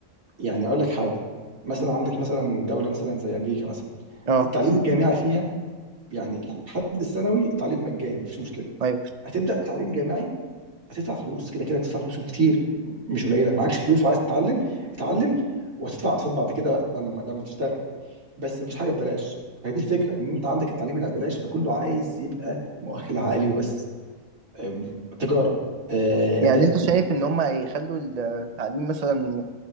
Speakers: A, on the right; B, on the right.
A: يعني اقول لك حاجه مثلا عندك مثلا دوله مثلا زي امريكا مثلا
B: اه
A: التعليم الجامعي فيها يعني لحد الثانوي تعليم مجاني مفيش مشكله
B: ايوه
A: هتبدا تعليم جامعي هتدفع فلوس كده كده هتدفع فلوس وكتير مش قليله معكش فلوس وعايز تتعلم اتعلم وهتدفع قسط بعد كده لما لما تشتغل بس مفيش حاجه ببلاش فهي دي الفكره ان انت عندك التعليم هنا ببلاش فكله عايز يبقى مؤهل عالي وبس أم، تجاره أه،
B: يعني
A: اداب
B: انت شايف ان هم يخلوا التعليم مثلا